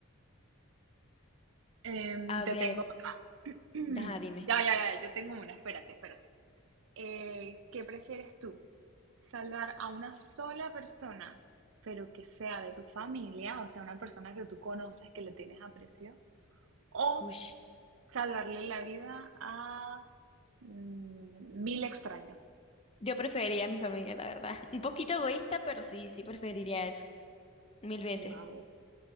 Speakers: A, on the right; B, on the left.
A: Em,
B: A
A: te
B: ver,
A: tengo otra. <clears throat>
B: deja, dime.
A: Ya, ya, ya, yo tengo una, espérate, espérate. Eh, ¿qué prefieres tú? ¿Salvar a una sola persona, pero que sea de tu familia, o sea, una persona que tú conoces, que le tienes aprecio? ¿O
B: Uy.
A: salvarle la vida a mm, mil extraños?
B: Yo preferiría a mi familia, la verdad. <laughs> Un poquito egoísta, pero sí, sí preferiría eso. Mil veces.
A: Wow.